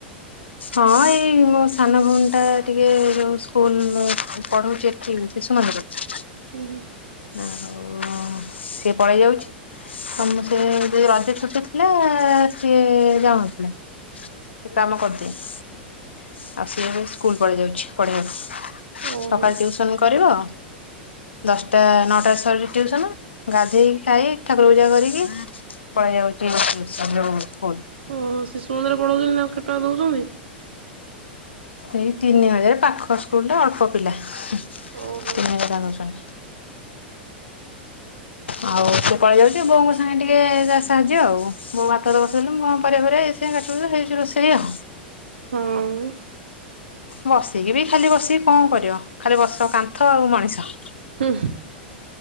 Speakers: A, on the left; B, on the right.
A: ହଁ ଏଇ ମୋ ସାନ ଭଉଣୀ ଟା ଟିକେ ଯୋଉ ସ୍କୁଲ ପଢଉଛି ଏଠି ଶିଶୁ ମନ୍ଦିରରେ
B: ହୁଁ ହୁଁ
A: ଆଉ ସିଏ ପଳେଇ ଯାଉଛି ତ ସେ ଯେ ରଜ ଛୁଟିଥିଲା ସିଏ ଯାଉନଥିଲେ। ସେ କାମ କରିଦିଏ ଆଉ ସିଏ ଏବେ ସ୍କୁଲ ପଳେଇ ଯାଉଛି ପଢେଇବାକୁ।
B: ଓହୋ
A: ସକାଳେ ଟିୟୁସନ କରିବ ଦଶଟା ନଅଟା ସରୁଛି ଟିୟୁସନ ଗାଧେଇକି ଖାଇକି ଠାକୁର ପୂଜା କରିକି ପଳେଇଯାଉଛି <unintelligible> ସ୍କୁଲ।
B: ଓହୋ ଶିଶୁ ମନ୍ଦିରରେ ପଢ଼ଉଛନ୍ତି ତାଙ୍କୁ କେତେ ଟଙ୍କା ଦେଉଛନ୍ତି।
A: ଏଇ ତିନି ହଜାର ପାଖ ସ୍କୁଲ ରେ ଅଳ୍ପ ପିଲା। <unintelligible>
B: ଓହୋ।
A: ଆଉ ସେ ପଳେଇଯାଉଛି ବୋଉଙ୍କ ସାଙ୍ଗେ ଟିକେ ସାହାଯ୍ୟ ଆଉ ମୁଁ ଭାତ ବସେଇଲେ <unintelligible> ପରିବା ଫରିବା ଏ ସେ କାଟୁ କାଟୁ ହେଇଯାଉଛି ରୋଷେଇ ଆଉ।
B: ହଁ।
A: ବସିକି ବି ଖାଲି ବସିକି କଣ କରିବ ଖାଲି ବସ କାନ୍ଥ ଆଉ ମଣିଷ।
B: ହୁଁ